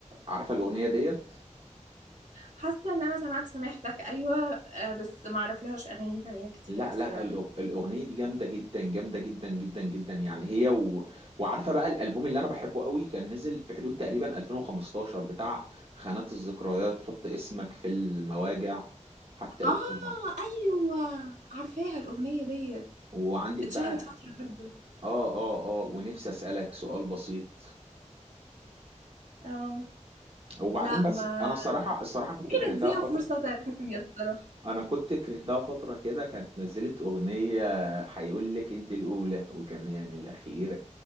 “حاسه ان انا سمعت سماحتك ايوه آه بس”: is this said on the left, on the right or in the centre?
Right